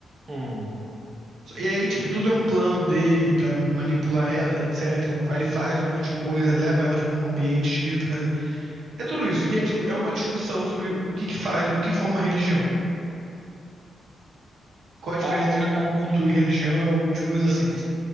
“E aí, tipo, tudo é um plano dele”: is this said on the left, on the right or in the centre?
Right